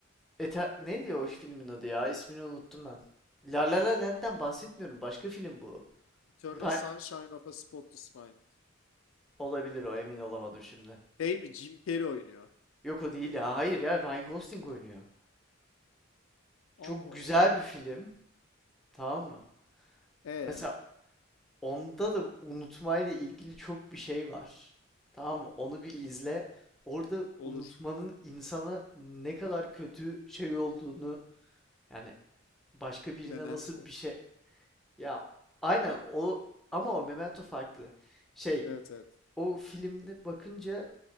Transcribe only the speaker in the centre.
Eter ne diyor o filmin adı ya? İsmini unuttum ben. La La La Land'den bahsetmiyorum. Başka film bu.
Ra-
Olabilir o emin olamadım şimdi.
Yok o değil ya. Hayır ya Ryan Gosling oynuyor.
Çok güzel
bir film. Tamam mı?
Mesela onda da unutmayla ilgili çok bir şey var. Tamam mı? Onu bir izle. Orada
unutmanın insana ne kadar kötü şey olduğunu yani başka birine
nasıl bir şey ya aynen o ama o Memento farklı. Şey
o filmde bakınca